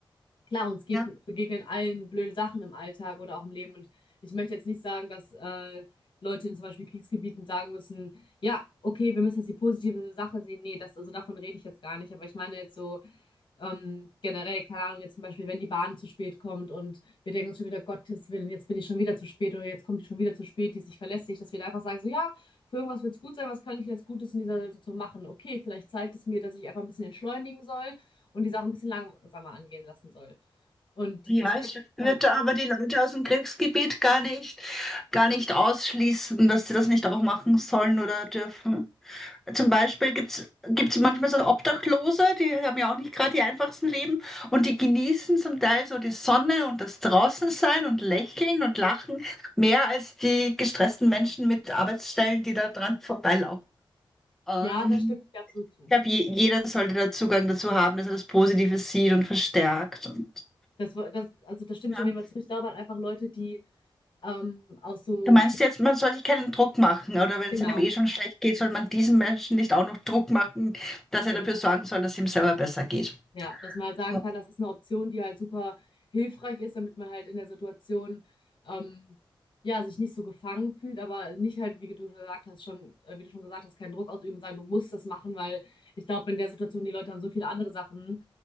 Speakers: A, on the left; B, in the centre.
A: klar, uns geg
B: Ja.
A: begegnen allen blöde Sachen im Alltag oder auch im Leben. Und ich möchte jetzt nicht sagen, dass äh, Leute in zum Beispiel Kriegsgebieten sagen müssen, ja, okay, wir müssen jetzt die positive Sache sehen. Nee, das, also davon rede ich jetzt gar nicht. Aber ich meine jetzt so, ähm, generell, keine Ahnung, jetzt zum Beispiel, wenn die Bahn zu spät kommt und wir denken uns schon wieder, Gottes Willen, jetzt bin ich schon wieder zu spät oder jetzt kommt die schon wieder zu spät, die ist nicht verlässlich, dass wir da einfach sagen, so ja, für irgendwas wird es gut sein, was kann ich jetzt Gutes in dieser Situation machen? Okay, vielleicht zeigt es mir, dass ich einfach ein bisschen entschleunigen soll und die Sache ein bisschen langsamer angehen lassen soll. Und
B: Ja,
A: ich weiß,
B: ich würde
A: man,
B: aber die Leute aus dem Kriegsgebiet gar nicht, gar nicht ausschließen, dass sie das nicht auch machen sollen oder dürfen. Zum Beispiel gibt's gibt's manchmal so Obdachlose, die haben ja auch nicht gerade die einfachsten Leben und die genießen zum Teil so die Sonne und das Draußensein und Lächeln und Lachen mehr als die gestressten Menschen mit Arbeitsstellen, die da dran vorbeilaufen. Ähm,
A: ja, da stimme ich dir absolut zu.
B: ich glaube, je, jeder sollte da Zugang dazu haben, dass er das Positive sieht und verstärkt und
A: Das, wo- das, also da stimme
B: ja.
A: ich auf jeden Fall zu. Ich glaube halt einfach Leute, die ähm, aus so
B: Du meinst
A: schwierigen,
B: jetzt, man soll sich keinen Druck machen, oder wenn
A: genau,
B: es einem eh schon schlecht geht, soll man diesem Menschen nicht auch noch Druck machen, dass er
A: genau.
B: dafür sorgen soll, dass es ihm selber besser geht.
A: Ja, dass man halt sagen
B: So.
A: kann, das ist eine Option, die halt super hilfreich ist, damit man halt in der Situation ähm, ja sich nicht so gefangen fühlt, aber nicht halt, wie du schon gesagt hast, schon, äh, wie du schon gesagt hast, keinen Druck ausüben und sagen, du musst das machen, weil ich glaube, in der Situation, die Leute haben so viele andere Sachen,